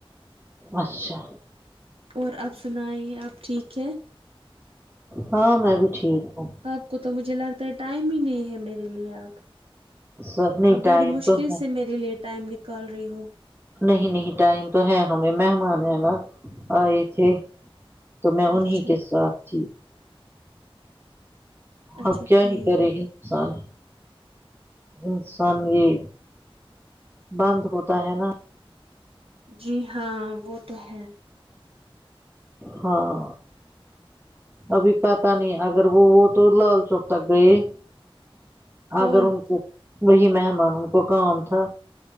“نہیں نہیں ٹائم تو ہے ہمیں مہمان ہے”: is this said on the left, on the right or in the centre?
Right